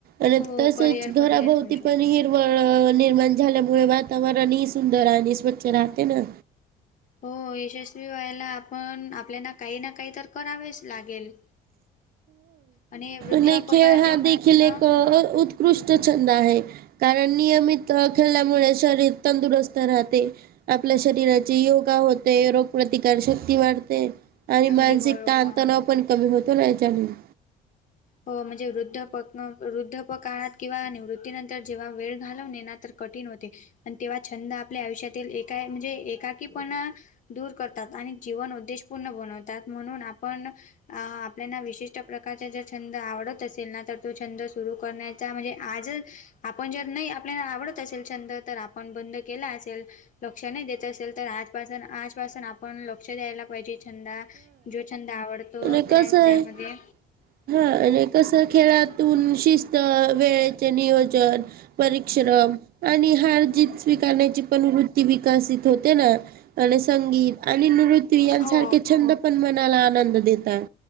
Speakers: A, on the right (about 65°); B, on the left (about 50°).
A: आणि
B: हो
A: तसेच
B: करिअर
A: घराभोवती
B: पण सेट करू शकतो
A: पण हिर वळ झाल्यामुळे वातावरणही सुंदर आणि स्वच्छ राहते ना.
B: हो यशस्वी व्हायला आपण आपल्याला काही ना काही तर करावेच लागेल. आणि वृद्ध
A: नाई
B: पकडातील
A: खेळ हा देखीलील
B: हा
A: एक ऊत त्कृष्ट छंद आहे कारण नियमित खेळल्यामुळे शरीर तंदुरुस्त राहते. आपल्या शरीराची योगा होते रोग प्र्रतिकार शक्ती वाढते. आणि
B: अगदी
A: मानसिक
B: बरोबर
A: ताणतणाव पण कमी होतो ना याच्यामुळे.
B: हो म्हणजे वृद्धपकन वृद्धपकाळात किंवा निवृत्तीनंतर जेव्हा वेळ घालवणे ना तर कठीण होते. आणि तेव्हा छंद आपल्या आयुष्यातील एका म्हणजे एकाकी पणा दूर करतात आणि जीवन उद्देशपूर्ण बनवतात. म्हणून आपण आ -आपल्याना विशिष्ट प्रकारच्या ज्या छंद आवडत असेल ना तर तो छंद सुरू करण्याचा म्हणजे आज आपण जर नाई आपल्याला आवडत असेल छंद तर आपण बंद केला असेल लक्ष नाही देत असेल तर आजपासून आजपासून आपण लक्ष द्यायला पाहिजे. छंदा जो छंद आवडतो
A: आणि कसं
B: त्या- त्यामध्ये
A: आहे हा आणि कस खेळातून शिस्त वेळेचे नियोजन परिश्रम आणि हार जीत स्वीकारण्यांची पणं वृत्ती विकसित होते नां. आणि संगीत आणि नृत्य यांसारखे
B: हो
A: छंद पणं मनांला आनंद देतात.